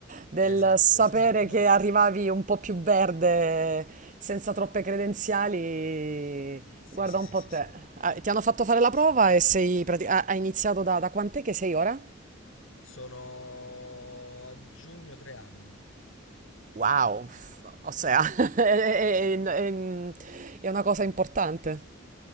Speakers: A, on the right; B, on the left.
A: del
B: Esatto,
A: sapere
B: esatto.
A: che arrivavi un po' più verde, senza troppe credenziali.
B: Sì,
A: Guarda
B: sì,
A: un
B: sì,
A: po'
B: sì,
A: te.
B: sì.
A: Ah, ti hanno fatto fare
B: Sì,
A: la prova
B: sì.
A: e sei prati- ha- hai iniziato da, da quant'è che sei ora?
B: Sono a giugno tre anni.
A: Wow, f- o sea, <laughs> è, è- è- è- è una cosa importante.